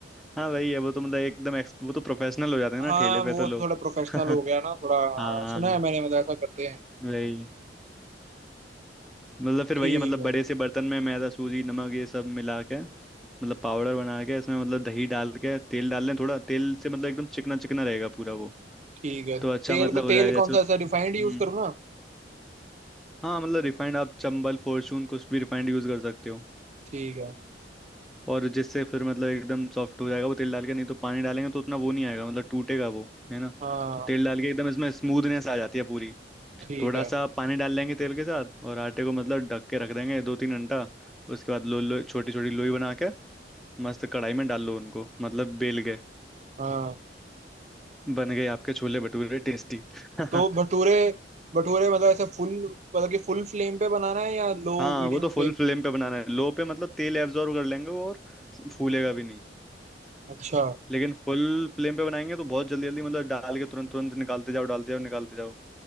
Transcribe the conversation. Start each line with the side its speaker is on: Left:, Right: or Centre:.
Centre: हाँ वही है वो तो मतलब एकदम एक्स वो तो प्रोफेशनल हो जाते हैं
Right: हाँ
Centre: ना ठेले पे
Right: वो
Centre: तो लोग
Right: तो थोड़ा प्रोफेशनल
Centre: <laughs>
Right: हो गया ना थोड़ा हाँ,
Centre: हाँ
Right: सुना है मैंने मतलब ऐसा करते हैं
Centre: वही मतलब फिर
Right: ठीक
Centre: वही है मतलब
Right: है
Centre: बड़े से बर्तन में मैदा सूजी नमक ये सब मिला के मतलब पाउडर बना के इसमें मतलब दही डाल के तेल डाल लें थोड़ा तेल से मतलब एकदम चिकना चिकना रहेगा पूरा वो
Right: ठीक है
Centre: तो अच्छा
Right: तेल
Centre: मतलब
Right: को
Centre: हो
Right: तेल
Centre: जाएगा
Right: कौन
Centre: जैसे
Right: सा
Centre: उस
Right: ऐसा रिफाइंड यूज
Centre: हम्म
Right: करूँ ना
Centre: हाँ मतलब रिफाइंड आप चंबल फॉर्चून कुछ भी रिफाइंड यूज कर सकते हो
Right: ठीक है
Centre: और जिससे फिर मतलब एकदम सॉफ्ट हो जाएगा वो तेल डाल के नहीं तो पानी डालेंगे तो उतना वो नहीं आएगा मतलब टूटेगा वो है ना
Right: हाँ
Centre: तो तेल डाल के एकदम इसमें स्मूथनेस आ जाती है पूरी
Right: ठीक
Centre: थोड़ा
Right: है
Centre: सा पानी डाल लेंगे तेल के साथ और आटे को मतलब ढक के रख देंगे दो तीन घंटा उसके बाद लो लो छोटी छोटी लोई बना के मस्त कढ़ाई में डाल लो उनको मतलब बेल गए
Right: हाँ
Centre: बन गए आपके छोले भटूरे टेस्टी <laughs>
Right: तो भटूरे भटूरे मतलब ऐसे फुल मतलब कि फुल फ्लेम पे बनाना है या लो
Centre: हाँ
Right: मीडियम
Centre: वो तो
Right: फ्लेम
Centre: फुल फ्लेम पे बनाना है लो पे मतलब तेल एब्जॉर्ब कर लेंगे वो और फूलेगा भी नहीं
Right: अच्छा
Centre: लेकिन फुल फ्लेम पे बनाएंगे तो बहुत जल्दी जल्दी मतलब डाल के तुरंत तुरंत निकालते जाओ डालते जाओ निकालते जाओ